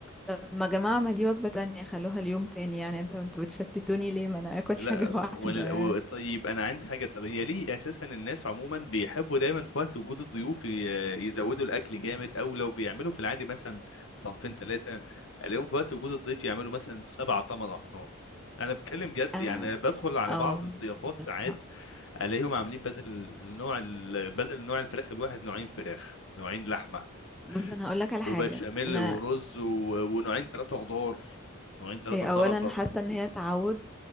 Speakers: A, in the centre; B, on the left.
A: طب ما يا جماعه ما دي وجبه تانية خلوها ليوم تاني يعني انتوا انتوا بتشتتوني ليه ما انا اكل
B: لا
A: حاجه <laughs> واحده
B: ولا
A: يعني
B: و- طيب انا عندي حاجه طب هي ليه اساسا الناس عموما بيحبوا دايما في وقت وجود الضيوف ي- يزودوا الاكل جامد او لو بيعملوا في العادي مثلا صنفين ثلاثه الاقيهم في وقت وجود الضيف يعملوا مثلا سبع ثمان اصناف انا بتكلم جد
A: اه
B: يعني بدخل على
A: أو،
B: بعض الضيافات
A: عندك
B: ساعات
A: حق
B: الاقيهم عاملين بدل نوع ال... بدل نوع الفراخ الواحد نوعين فراخ نوعين لحمه
A: بص انا هقول لك على
B: وبشاميل
A: حاجه انا
B: ورز و... ونوعين ثلاثه خضار نوعين ثلاثه
A: هي
B: سلطه
A: اولا حاسه ان هي تعود